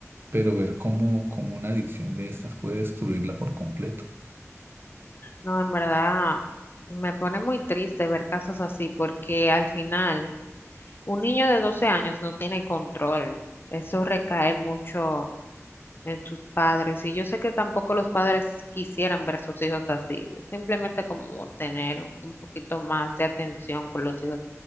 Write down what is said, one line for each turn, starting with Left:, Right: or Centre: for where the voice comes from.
Right: pero ver cómo, cómo una adicción de estas puede destruirla por completo.
Left: no, en verdad me pone muy triste ver casos así, porque al final Un niño de 12 años no tiene control. Eso recae mucho en sus padres. Y yo sé que tampoco los padres quisieran ver a sus hijos así. Simplemente como tener un poquito más de atención con los hijos.